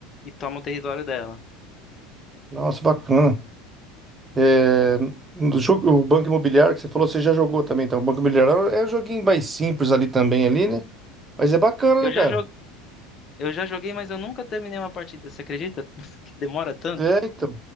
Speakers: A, on the left; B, on the right.
A: toma o território dela.
B: Nossa, bacana. É... no jogo- o Banco Imobiliário que você falou, você já jogou também, então. O Banco Imobiliário é um joguinho mais simples ali também, ali, né? Mas é bacana,
A: Eu
B: né, cara?
A: já joguei, eu já joguei, mas eu nunca terminei uma partida, você acredita? <laughs> Que demora tanto?
B: É, então.